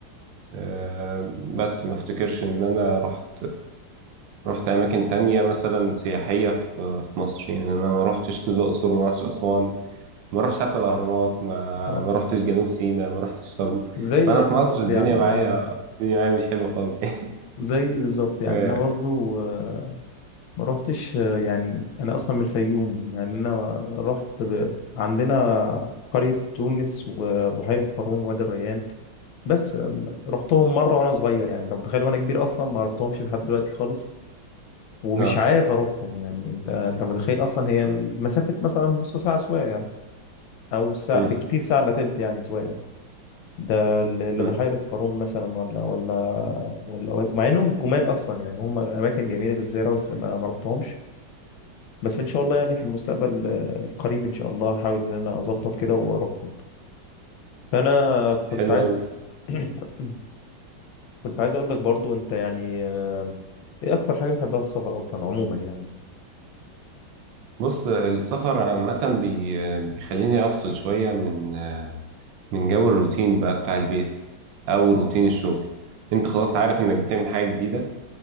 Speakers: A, on the right; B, on the left.
A: آه، بس ما افتكرش إن أنا رحت رحت أماكن تانية مثلا سياحية في في مصر يعني أنا ما رحتش الأقصر ما رحتش أسوان ما رحتش حتى الأهرامات ما
B: آه.
A: ما رحتش جنوب سيناء ما رحتش شرم
B: زي
A: فأنا في
B: بالظبط
A: مصر الدنيا
B: يعني
A: معايا
B: اه
A: الدنيا معايا مش حلوة خالص <laughs>
B: زي بالظبط يعني
A: اه
B: انا برضو آه، ما روحتش آه، يعني انا اصلا من الفيوم يعني انا رحت ب... عندنا قرية تونس وبحيرة قارون وادي الريان بس آم، رحتهم مرة وانا صغير يعني انت متخيل وانا كبير اصلا ما رحتهمش لحد دلوقتي خالص ومش
A: آه.
B: عارف اروحهم يعني انت انت متخيل اصلا هي مسافة مثلا نص ساعة سواقة يعني او ساعة
A: مم.
B: بالكتير ساعة الا تلت يعني سواقة ده ل- لبحيرة
A: مم.
B: قارون مثلا ولا ولا ولا مع انهم جمال اصلا يعني هم اماكن جميلة للزيارة بس ما ما رحتهمش بس ان شاء الله يعني في المستقبل آه، القريب ان شاء الله هحاول ان انا اظبط كده واروحهم فانا كنت
A: حلو
B: عايز
A: قوي
B: <clears throat> كنت عايز اقول لك برضو انت يعني آه، ايه اكتر حاجه بتحبها في السفر اصلا عموما يعني
A: بص السفر عامة بي... بيخليني أفصل شوية من من جو الروتين بقى بتاع البيت أو روتين الشغل أنت خلاص عارف إنك بتعمل حاجة جديدة